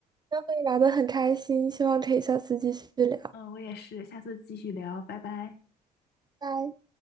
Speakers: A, on the right (about 20°); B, on the left (about 55°).
A: 今天和你聊得很开心，希望可以下次继续聊，
B: 嗯，我也是。下次继续聊，拜拜。
A: 拜。